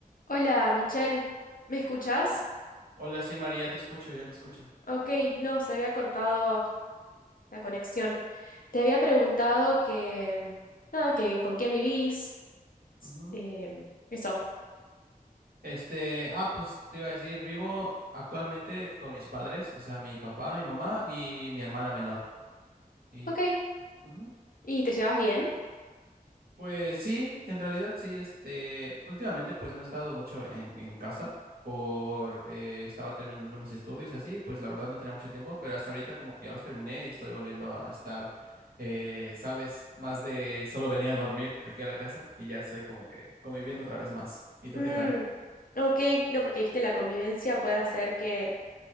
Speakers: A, on the left; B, on the right.
A: Hola, Michelle, ¿me escuchás?
B: Hola, sí, María, ya te escucho, ya te escucho.
A: Ok, no, se había cortado la conexión. Te había preguntado que, nada, que con quién vivís,
B: Ujú.
A: em, eso.
B: Este, ah, pues te iba a decir, vivo actualmente con mis padres, o sea, mi papá, mi mamá y mi hermana menor. Y
A: Ok,
B: ujú.
A: ¿y te llevas bien?
B: Pues sí, en realidad sí, este, últimamente pues no he estado mucho en, en casa por, eh, estaba terminando mis estudios y así, pues la verdad no tenía mucho tiempo, pero hasta ahorita como que ya los terminé y estoy volviendo a estar, eh, sabes, más de solo venía a dormir aquí a la casa y ya estoy como que conviviendo otra vez más. ¿Y tú
A: Mm,
B: qué tal?
A: ok, no, porque viste, la convivencia puede hacer que,